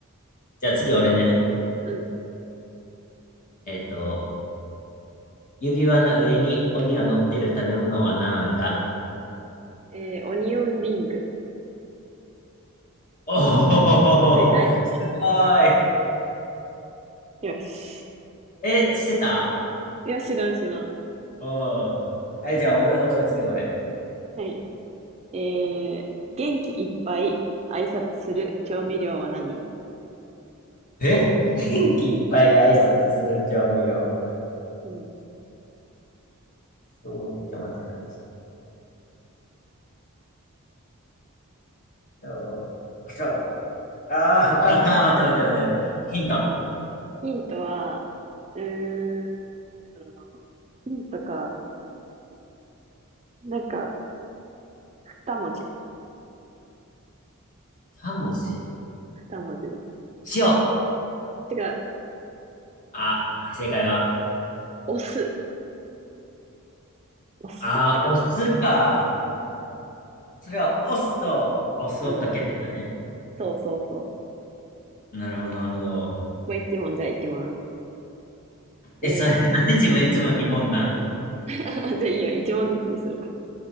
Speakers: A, on the left; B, on the right.
A: じゃあ次俺ね。
B: うん。
A: えっと、指輪の上に鬼が乗ってる食べ物はなんだ
B: えー、オニオンリング。
A: おおすごい。
B: 正解よし。
A: え、してた
B: いや、知らん知らん。
A: おおー。え、じゃあ、俺、俺、次、俺。
B: はい。えー、元気いっぱい挨拶する調味料は何
A: え元気いっぱい挨拶する調味料
B: うん。
A: そうん、ちょ、待ってな。塩、胡椒。ああ、わからん。<laughs> ー待って待って待って。ヒント。
B: ヒントは、うーん、なんだろうな。ヒントか。なんか、二文字。
A: 二文字。
B: 二文字の。
A: 塩。
B: 違う。
A: あ、正解は。
B: 押す。押すって感じ。
A: あー、お酢か。それは、お酢とお酢をかけてたね。
B: うん。そうそうそう。
A: なるほど、なるほど。
B: もう一問じゃあいきます。えー、
A: え、それ、<laughs> なんで自分いつも2問なん
B: <laughs> じゃあいいよ。一問ずつにするか。